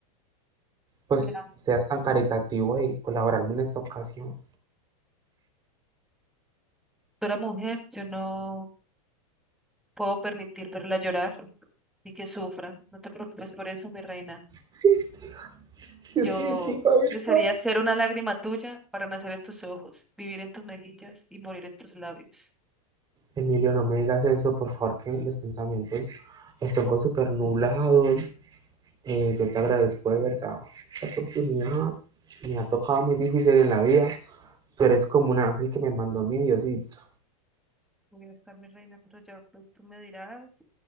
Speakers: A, on the right; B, in the centre.
A: pues
B: Mira,
A: seas tan caritativo de colaborarme en esta ocasión.
B: tú eres mujer, yo no puedo permitir verla llorar y que sufra. No te preocupes por eso, mi reina.
A: Sí, <laughs> yo
B: Yo
A: sí digo esto.
B: desearía ser una lágrima tuya para nacer en tus ojos, vivir en tus mejillas y morir en tus labios.
A: Emilio, no me digas eso, por favor, que los pensamientos están con súper nublados. Eh, yo te agradezco de verdad esta oportunidad. Me ha tocado muy difícil en la vida. Tú eres como un ángel que me mandó mi Diosito.
B: Voy a estar mi reina, pero ya pues tú me dirás,